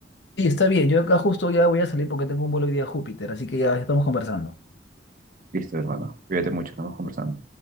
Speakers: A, on the left; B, on the right.
A: sí, está bien. Yo acá justo ya voy a salir porque tengo un vuelo hoy día a Júpiter, así que ya estamos conversando.
B: Listo, hermana Cuídate mucho, estamos conversando.